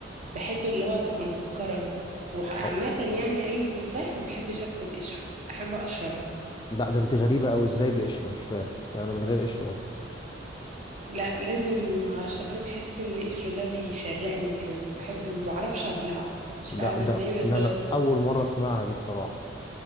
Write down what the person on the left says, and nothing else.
أو
لا ده انت غريبه قوي ازاي بقشره مش فاهم يعني من غير قشره قصدي
لا
ده
ده انا
اول مره اسمعها دي بصراحه